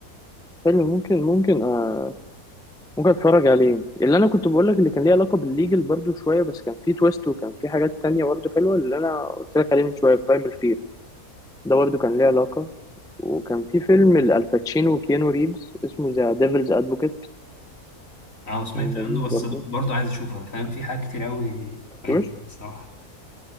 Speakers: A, in the centre; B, on the left.
A: حلو ممكن ممكن آه، ممكن اتفرج عليه اللي انا كنت بقول لك اللي كان ليه علاقه بالليجل برضو شويه بس كان فيه تويست وكان فيه حاجات تانية برضو حلوه اللي انا قلت لك عليه من شويه برايمال فير ده برضو كان ليه علاقه وكان في فيلم الباتشينو وكيانو ريفز اسمه ذا ديفلز ادفوكيت
B: اه سمعت
A: كان لذيذ
B: عنه بس
A: برضو
B: برضه عايز اشوفه انا فاهم في حاجات كتير قوي فايتة
A: مش
B: الصراحة